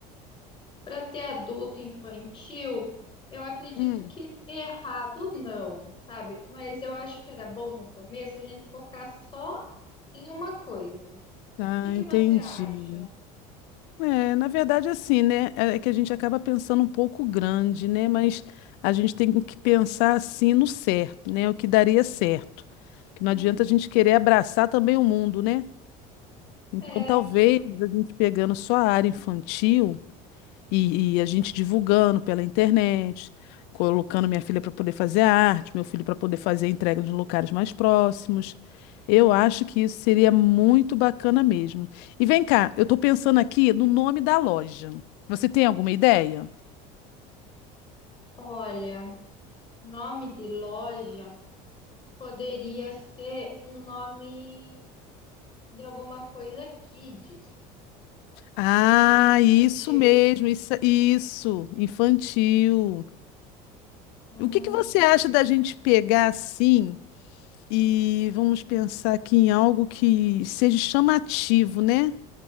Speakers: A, on the left (about 25°); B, on the left (about 70°).
A: Para ter adulto infantil, eu acredito
B: Hum.
A: que errado não, sabe? Mas eu acho que era bom no começo a gente focar só em uma coisa. O
B: Ah,
A: que que
B: entendi.
A: você acha?
B: É, na verdade, assim, né? É é que a gente acaba pensando um pouco grande, né? Mas a gente tem que pensar assim no certo, né? O que daria certo. Que
A: Uhum.
B: não adianta a gente querer abraçar também o mundo, né? Então,
A: É.
B: talvez a gente pegando só a área infantil. E, e a gente divulgando pela internet, colocando
A: uhum.
B: minha filha para poder fazer a arte, meu filho para poder fazer a entrega nos locais mais próximos. Eu acho que isso seria muito bacana mesmo. E vem cá, eu estou pensando aqui no nome da loja. Você tem alguma ideia?
A: Olha, nome de loja poderia ser um nome de alguma coisa kids,
B: Ah,
A: por ser infantil.
B: isso mesmo, isso, isso, infantil.
A: Uhum,
B: O que que você acha da gente pegar assim e vamos pensar aqui em algo que seja chamativo, né?